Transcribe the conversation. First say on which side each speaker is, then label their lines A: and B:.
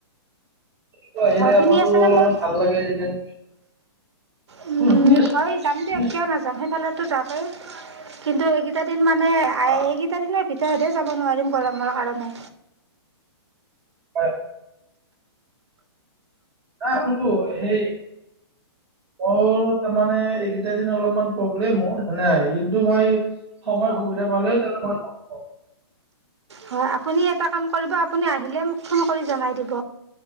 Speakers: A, on the right; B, on the right.
A: আলহী আহিলে
B: হয় শুনি
A: আমাৰো
B: আছেনে
A: অলপমান
B: মোৰ
A: ভাল লাগে যিমান
B: উম
A: শুন- শুনি আছো
B: হয় যাম
A: শুনি
B: দিয়ক
A: আছো
B: কিয় নাযাম সেইফালে যাব কিন্তু এইকেইটা কি মানে
A: অ
B: এইকেইটা দিনৰ ভিতৰতে যাব নোৱাৰিম গৰমৰ কাৰণে
A: অ নাই বল সেই মোৰ তাৰমানে এইকেইটা দিন অলপমান প্ৰব্লেমনে কিন্তু মই সময় সুবিধা পালে মই যাব পাৰিম
B: হয় আপুনি এটা কাম কৰিব আপুনি আহিলে মোক ফোন কৰি জনাই দিব